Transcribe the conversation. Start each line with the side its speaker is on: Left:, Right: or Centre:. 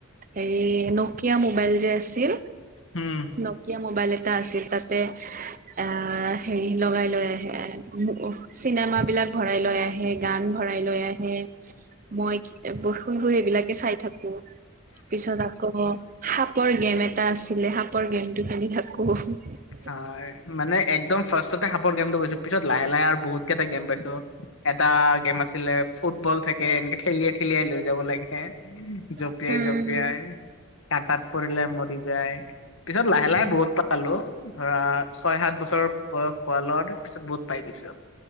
Right: হেৰি নকিয়া মোবাইল যে আছিল,
Left: উম
Right: নকিয়া মোবাইল এটা আছিল তাত। তে, আ হেৰি লগাই লৈ আহে, চিনেমাবিলাক ভৰাই লৈ আহে। গান ভৰাই লৈ আহে, মই শুই, শুই সেইবিলাকে চাই থাকোঁ। পিছত আকৌ, সাপৰ গেম এটা আছিলে, সাপৰ গেমটো খেলি থাকোঁ।
Left: হয়, মানে একদম ফাৰ্ষ্টতে সাপৰ গেমটো পাইছোঁ, পিছত লাহে, লাহে আৰু বহুত কেইটা গেম পাইছোঁ। এটা গেম আছিলে ফুটবল থাকে, এনেকে ঠেলিয়াই ঠেলিয়াই লৈ যাব লাগে, জঁপিয়াই,
Right: উম
Left: জঁপিয়াই। কাটাত পৰিলে মৰি যায়, পিছত
Right: উম
Left: লাহে, লাহে বহুত পালোঁ। ধৰা, ছয় সাত বছৰ বয়স হোৱা লগত, পিছত বহুত পাই গৈছোঁ।